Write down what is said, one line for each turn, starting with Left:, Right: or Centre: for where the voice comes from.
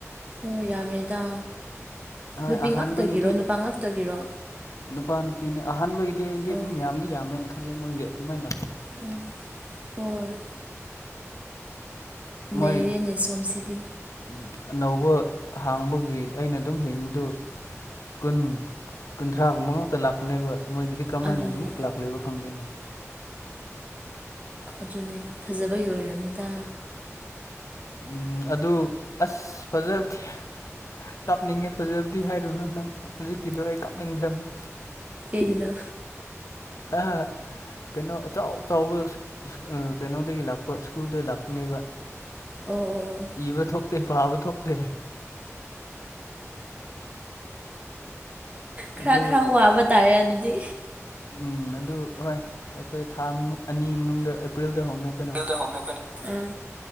Right: ꯑꯣ ꯌꯥꯝꯃꯦꯗ
Left: ꯍꯣꯏ
Right: ꯅꯨꯄꯤ
Left: ꯑꯍꯥꯟꯕꯒꯤꯗꯤ
Right: ꯉꯥꯛꯇꯒꯤꯔꯣ ꯅꯨꯄꯥ ꯉꯥꯛꯇꯒꯤꯔꯣ
Left: ꯅꯨꯄꯥ ꯅꯨꯄꯤꯅꯦ ꯑꯍꯥꯟꯕꯒꯤꯗꯤ ꯑꯩꯗꯤ
Right: ꯑꯣ
Left: ꯑꯗꯨꯝ ꯌꯥꯝꯗꯤ ꯌꯥꯝꯃꯦꯅ ꯈꯜꯂꯦ ꯃꯣꯏꯒꯤ ꯑꯗꯨꯃꯥꯏꯅ ꯂꯥꯛꯄꯗ
Right: ꯎꯝ ꯍꯣꯏ ꯅꯩꯔꯦꯅꯦ
Left: ꯃꯣꯏ
Right: ꯁꯣꯝꯁꯤꯗꯤ
Left: ꯎꯝ ꯑꯅꯧꯕ ꯍꯥꯡꯕꯒꯤ ꯑꯩꯅ ꯑꯗꯨꯝ ꯍꯤꯡꯕꯗꯨ ꯀꯨꯟ ꯀꯨꯟꯊ꯭ꯔꯥꯒꯨꯝꯕ ꯉꯥꯛꯇ ꯂꯥꯛꯄꯅꯦꯕ ꯃꯣꯏꯒꯤꯗꯤ ꯀ꯭ꯔꯃꯥꯏꯅ
Right: ꯑꯗꯨꯅꯦ
Left: ꯑꯗꯨꯃꯨꯛ ꯂꯥꯛꯂꯤꯕ ꯈꯪꯗꯦꯅꯦ
Right: ꯑꯗꯨꯅꯦ ꯐꯖꯕꯒꯤ ꯑꯣꯏꯔꯝꯅꯤꯗꯥ
Left: ꯎꯝ ꯑꯗꯨ ꯑꯁ ꯐꯖꯕꯗꯤ ꯀꯥꯞꯅꯤꯡꯉꯦ ꯐꯖꯕꯗꯤ ꯍꯥꯏꯔꯨꯅꯨ ꯅꯪ ꯍꯨꯖꯤꯛꯀꯤꯗꯣ ꯑꯩ ꯀꯥꯞꯅꯤꯡꯈ꯭ꯔꯕꯅꯦ
Right: ꯀ‌ꯦꯒꯤꯅꯣ
Left: ꯑꯥ ꯀꯩꯅꯣ ꯑꯆꯥꯎ ꯆꯥꯎꯕ ꯏꯁ ꯏꯁ ꯑ ꯀꯩꯅꯣꯗꯒꯤ ꯂꯥꯛꯄ ꯏꯁ꯭ꯀꯨꯜꯗ ꯂꯥꯛꯄꯅꯦꯕ
Right: ꯑ‌ꯣ ꯑꯣ ꯑꯣ
Left: ꯏꯕ ꯊꯣꯛꯇꯦ ꯄꯥꯕ ꯊꯣꯛꯇꯦ
Right: ꯈ꯭ꯔ
Left: ꯑꯗꯨ
Right: ꯈ꯭ꯔ ꯋꯥꯕ ꯇꯥꯔꯦ ꯑꯗꯨꯗꯤ
Left: ꯎꯝ ꯑꯗꯨ ꯍꯣꯏ ꯑꯈꯣꯏ ꯊꯥ ꯃꯅꯨꯡ ꯑꯅꯤ ꯃꯅꯨꯡꯗ ꯑꯦꯄ꯭ꯔꯤꯜꯗ ꯍꯧꯅ‌ꯦ
Right: ꯕꯤꯜꯗꯧ ꯍꯧꯅꯦ ꯑꯈꯣꯏꯅ ꯑꯥ